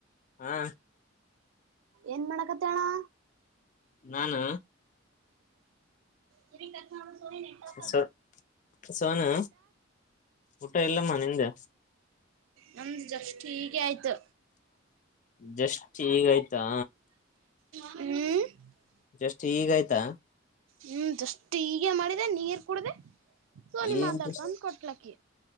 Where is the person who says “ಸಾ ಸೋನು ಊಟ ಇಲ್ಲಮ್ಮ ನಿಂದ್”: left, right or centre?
Left